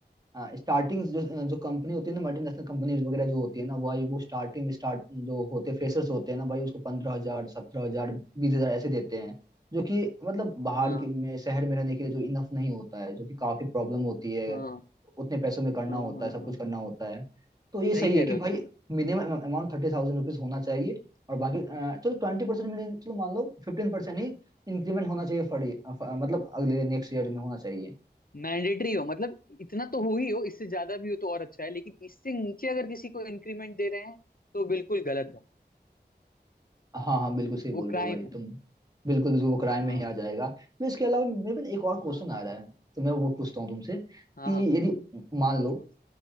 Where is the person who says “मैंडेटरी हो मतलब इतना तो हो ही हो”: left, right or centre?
Left